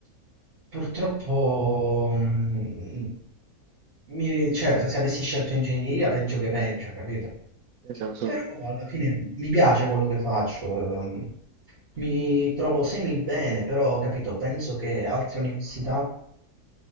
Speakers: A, on the right; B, on the right.
A: Purtroppo, mm, mi- cioè, se se avessi scelto ingegneria, peggio che peggio, capito?
B: Eh, lo so.
A: Però alla fine mi piace quello che faccio, ehm, mi trovo semi bene, però, capito, penso che altre università